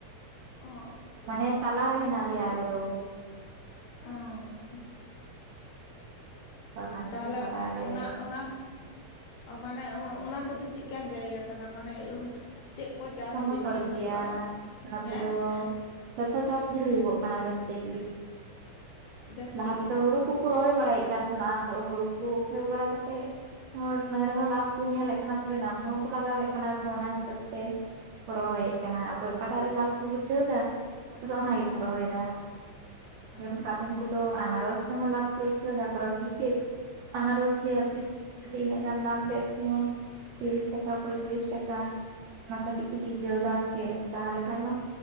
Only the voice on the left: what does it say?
ᱚᱻ
ᱟᱸᱪᱪᱷᱟ,
ᱛᱟᱦᱚᱞᱮ
ᱚᱱᱟ ᱚᱱᱟ, ᱢᱟᱱᱮ ᱚᱱᱟ ᱠᱚᱫᱚ ᱪᱤᱫᱠᱟᱱ ᱡᱟᱭᱜᱟ ᱠᱟᱱᱟ ᱢᱟᱱᱮ ᱪᱮᱫ? ᱠᱚ ᱪᱟᱥ
ᱵᱮᱥᱤ ᱦᱩᱭᱩᱜᱼᱟ
ᱦᱮᱸ
ᱡᱟᱹᱥᱛᱤ
ᱜᱮ
ᱦᱮᱸ
ᱦᱮᱸ
ᱟᱪᱪᱷᱟ